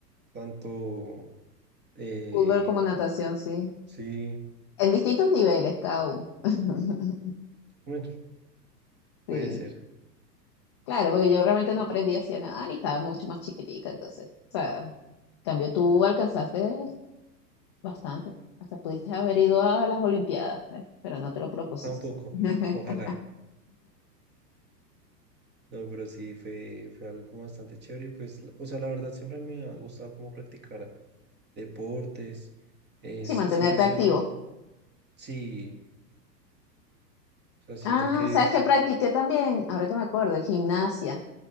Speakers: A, on the right; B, on the left.
A: tanto. eh,
B: Fútbol como natación, sí.
A: sí,
B: En distintos niveles cada uno. <laughs>
A: bueno, puede
B: Sí.
A: ser.
B: Claro, porque yo realmente no aprendí así a nadar y estaba mucho más chiquitica, entonces, o sea, en cambio tú alcanzaste bastante. Hasta pudiste haber ido a las Olimpiadas, ¿ves? Pero no te lo propusiste.
A: Tampoco.
B: <laughs>
A: Ojalá. No, pero sí fue, fue algo como bastante chévere. y Pues, la- o sea, la verdad siempre me ha gustado como practicar deportes. Es,
B: Sí,
A: siempre
B: mantenerte
A: he sido
B: activo.
A: como, sí, o sea, siento
B: Ah,
A: que
B: sabes que practiqué también, ahora que me acuerdo, gimnasia.